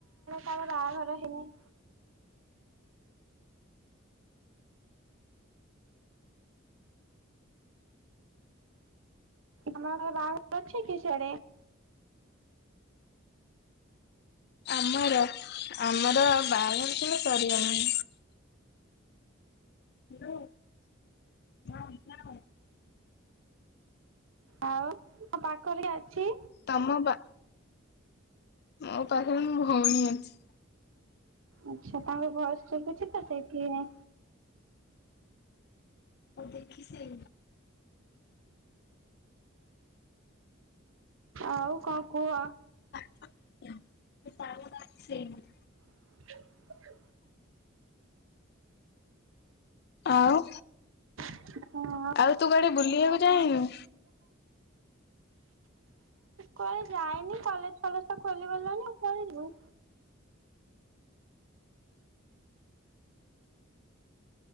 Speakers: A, on the right; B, on the left.
A: ମ ବାହାଘର ହେଲ୍- ତମର ବାହାଘର ଅଛି କି ସିଆଡେ?
B: ଆମର ଆମର ବାହାଘରଥିଲା ସରିଗଲାଣି। ହାଲୋ। ହଁ କହ?
A: ଆଉ ତମ ପାଖରେ କିଏ ଅଛି?
B: ତମ ବା, ମୋ ପାଖରେ ମୋ ଭଉଣି ଅଛି।
A: ଆଚ୍ଛା। ତାଙ୍କ ଭଏସ୍ ଶୁଭୁଚିତ ସେଥିପା-
B: ହଉ ଦେଖି ସେ
A: ଆଉ କଣ କୁହ?
B: <unintelligible> ସେଇନ୍।
A: <unintelligible>
B: ଆଉ
A: ହଁ।
B: ଆଉ ତୁ କୁଆଡ଼େ ବୁଲିବାକୁ ଜାଇନୁ?
A: କୁଆଡ଼େ ଯାଇନି କଲେଜ ଫଲେଜ ତ ଖୋଲିଗଲଣିି ଆଉ କୁଆଡେ ଯିବୁ।